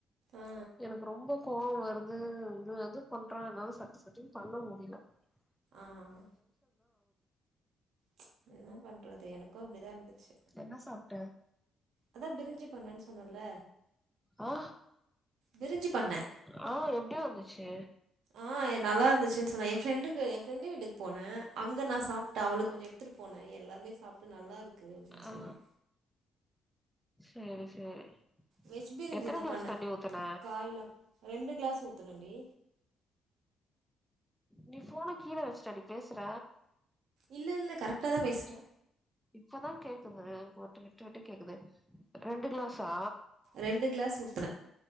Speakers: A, on the right; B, in the centre.
A: ஆ
B: எனக்கு ரொம்ப கோவ வருது இது அது பண்றா என்னால சட்டு சட்டுன்னு பண்ண முடில <unintelligible>
A: ம் ச் என்ன பண்றது எனக்கு அப்டிதா இருந்துச்சு
B: என்ன சாப்ட
A: அதா பிரிஞ்சு பண்ணேன்னு சொன்னேல
B: ஆ
A: பிரிஞ்சு பண்ணே
B: ஆ எப்டி வந்துச்சு
A: ஆன் எ நல்லா இருந்துச்சு சொன்னேன் என் ஃப்ரெண்டுக்கு என் ஃப்ரெண்டு வீட்டுக் போனே அங்க நான் சாப்ட்ட அவளுக்கு கொஞ்சம் எடுத்து போன எல்லார்மே சாப்ட்டு நல்லா இருக்கு அப்டின்னு
B: ஆ
A: சொன்னாங்க
B: சேரி சேரி
A: வெஜ் பிரிஞ்சி
B: எத்தன
A: தான்
B: கிளாஸ்
A: பண்ணே
B: தண்ணி ஊத்துன
A: காய்லாம் ரெண்டு கிளாஸ் ஊத்ணண்டி
B: நீ ஃபோன கீழ வச்சுட்டாடி பேசுற
A: இல்ல இல்ல கரெக்டா தா பேசுறே
B: இப்பதா கேக்குது ஒ விட்டு விட்டு கேக்குது ரெண்டு கிளாஸ்ஸா
A: ரெண்டு கிளாஸ் ஊத்துன